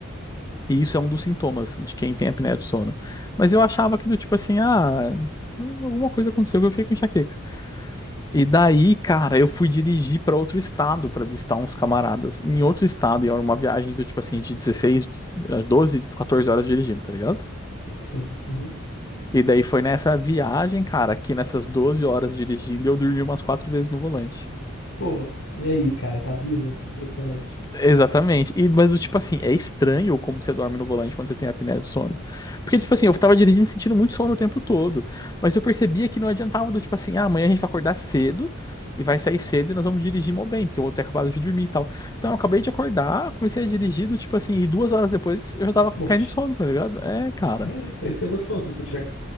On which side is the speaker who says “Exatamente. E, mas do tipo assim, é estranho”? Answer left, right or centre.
Left